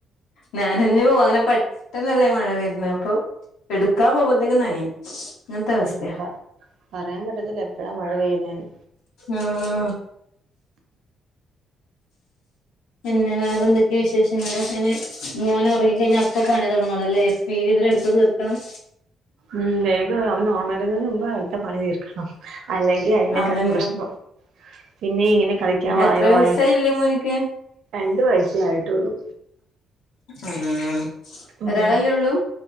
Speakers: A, on the left; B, on the right.
A: നനഞ്ഞു പോവും. അങ്ങനെ പെട്ടെന്നല്ലേ മഴ വര്ന്നേ. അപ്പൊ എട്ക്കാൻ പോവ്മ്പഴത്തേക്കും നനയും. അങ്ങനത്തവസ്ഥയാ.
B: എന്താ പറയാൻ പറ്റത്തില്ല എപ്പഴാ മഴ പെയ്യുന്നേന്ന്
A: ആഹ് പിന്നെ വേറെ എന്തൊക്കെയ വിശേഷങ്ങള് ഇനി മോനൊറങ്ങിക്കഴിഞ്ഞാ അപ്പൊ പണി തൊടങ്ങണല്ലേ സ്പീഡിൽ എടുത്ത് തീർക്കണം.
B: ഉം വേഗം അവന് ഉണരുന്നതിന് മുമ്പ് അടുത്ത പണി തീർ അല്ലെങ്കി അയിനേക്കാട്ടിലും
A: അതന്നെ
B: പ്രശ്നാ പിന്നെ ഇങ്ങനെ കളിക്കാൻ വായോ
A: എത്ര വയസായി
B: വായോ.
A: ഇല്ലേ മോനിക്ക്
B: രണ്ട് വയസ്സേ ആയിട്ടുള്ളു.
A: ആഹ്
B: ഉം
A: ഒരാളല്ലേ ഉള്ളൂ.